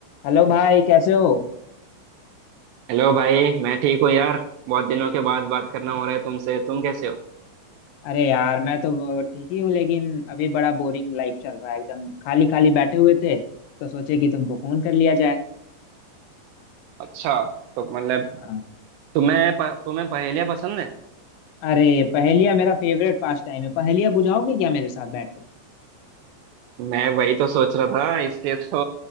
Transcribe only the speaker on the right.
Hello भाई मैं ठीक हूँ यार बहुत दिनों के बाद बात करना हो रहा है तुमसे तुम कैसे हो
अच्छा तो मतलब
तुम्हें प, तुम्हें पहेलियाँ पसंद है
मैं वही तो सोच रहा था इसलिए तो